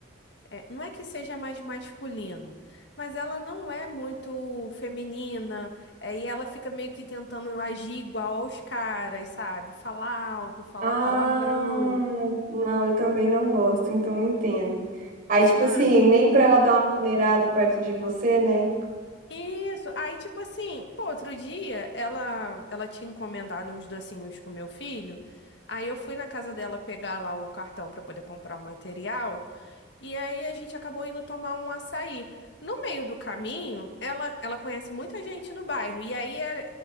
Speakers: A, on the left (about 60°); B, on the right (about 45°).
A: É, não é que seja mais masculino, mas ela não é muito feminina, é, e ela fica meio que tentando agir igual aos caras, sabe? Falar alto, falar
B: Ah,
A: palavrão.
B: não, eu também não gosto, então eu entendo. Aí,
A: sabe?
B: tipo assim, nem pra ela dar uma maneirada perto de você, né?
A: Isso. Aí, tipo assim, pô, outro dia ela, ela tinha encomendado uns docinhos com meu filho. Aí eu fui na casa dela pegar lá o cartão pra poder comprar o material. E aí a gente acabou indo tomar um açaí. No meio do caminho, ela, ela conhece muita gente no bairro. E aí é,